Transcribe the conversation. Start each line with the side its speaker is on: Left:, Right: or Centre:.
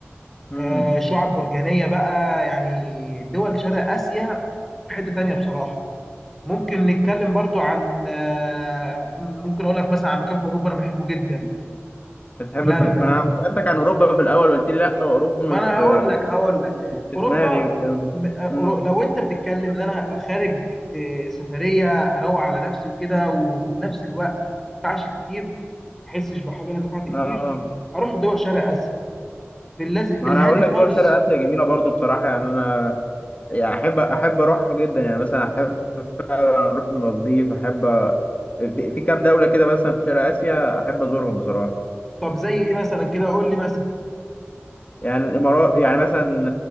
Left: امم
Centre: آه شعاب مرجانيه بقى يعني دول شرق اسيا في حته تانيه بصراحه ممكن نتكلم برضو عن آه ممكن اقول لك مثلا عن مكان في اوروبا انا بحبه جدا
Left: بتحب
Centre: هولندا
Left: تروح ما انا سالتك عن اوروبا في الاول وقلت لي لا اوروبا مش
Centre: ما انا
Left: في
Centre: هقول لك هقول لك
Left: مش في
Centre: اوروبا
Left: دماغي والكلام ده
Centre: م- أورو-
Left: امم
Centre: لو انت بتتكلم ان انا خارج آه، سفريه اروق على نفسي وكده وفي نفس الوقت ما ادفعش كتير ما احسش بحاجه انا دفعت كتير
Left: اه
Centre: هروح دول شرق اسيا في اللذ...
Left: ما
Centre: في الهادي
Left: انا هقول لك
Centre: خالص
Left: دول شرق اسيا جميله برضو بصراحه يعني انا يعني احب احب اروحها جدا يعني مثلا احب اروح المالديف احب أ- في في كام دوله كده مثلا في شرق اسيا احب ازورهم بصراحه
Centre: طب زي ايه مثلا كده قول لي مثلا
Left: يعني الامارات يعني مثلا